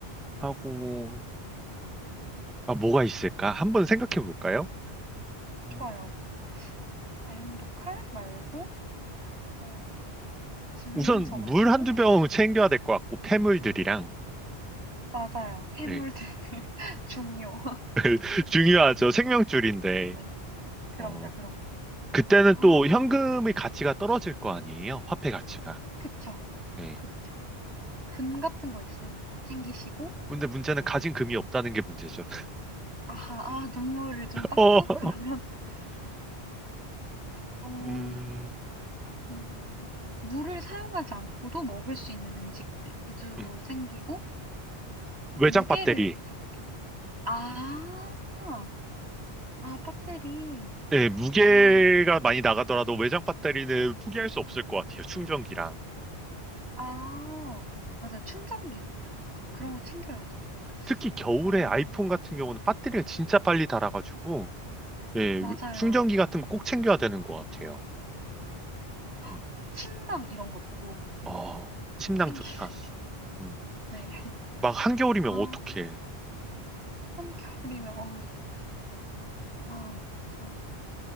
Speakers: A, in the centre; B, on the right (about 85°).
A: 하고 아 뭐가 있을까? 한번 생각해 볼까요?
B: 좋아요.
A: 음,
B: 다용도 칼 말고, 어, 집문서
A: 우선
B: 말고.
A: 물 한두
B: <laughs>
A: 병 <laughs> 챙겨야 될 것 같고 폐물들이랑
B: 맞아요. 폐물들
A: 예.
B: <laughs> 중요.
A: <laughs> 중요하죠. 생명줄인데.
B: 네, 그럼요,
A: 어.
B: 그럼요.
A: 그때는
B: 어,
A: 또 현금의 가치가 떨어질 거 아니에요? 화폐 가치가.
B: 그쵸,
A: 예.
B: 그쵸. 금 같은 거 있으면 좀 챙기시고,
A: 근데 문제는 가진 금이
B: 어,
A: 없다는 게 문제죠.
B: 아하, 아, 눈물을 좀 닦고,
A: 어,
B: 그러면, <laughs> 어,
A: 음,
B: 음, 물을 사용하지 않고도 먹을 수 있는 음식들 위주로
A: 음.
B: 챙기고,
A: 외장
B: 무게를
A: 배터리.
B: 가볍게. 아, 아, 배터리.
A: 예, 무게가
B: 아,
A: 많이 나가더라도 외장 배터리는 포기할 수 없을 것 같아요. 충전기랑.
B: 아,
A: 음.
B: 맞아요. 충전기. 아, 그런 거 챙겨야죠.
A: 특히 겨울에
B: 어,
A: 아이폰 같은 경우는 배터리가 진짜 빨리 닳아가지고, 예,
B: 맞아요.
A: 충전기 같은 거 꼭 챙겨야 되는 것 같아요.
B: 네. 헉,
A: 음.
B: 침낭 이런 것도
A: 어, 침낭
B: 챙기는,
A: 좋다.
B: <laughs>
A: 음.
B: 네.
A: 막 한겨울이면
B: 아,
A: 어떡해.
B: 한겨울이면 어우 아 참.